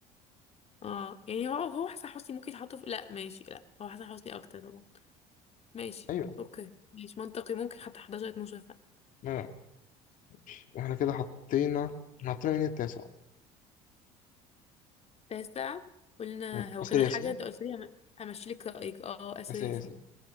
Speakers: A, on the left (about 40°); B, on the left (about 60°).
A: اه يعني هو هو حسن حسني ممكن يتحط في لا ماشي لا هو حسن حسني اكتر طبعا ماشي
B: ايوه
A: اوكي ماشي منطقي ممكن حتى 11 12
B: آه، ماشي. احنا كده حطينا إحنا حطينا مين التاسع
A: تاسع قلنا
B: آه،
A: هو
B: آسر
A: كان
B: ياسين
A: حاجة انت قلت لي هم- همشي لك رأيك اه اساسي
B: آسر ياسين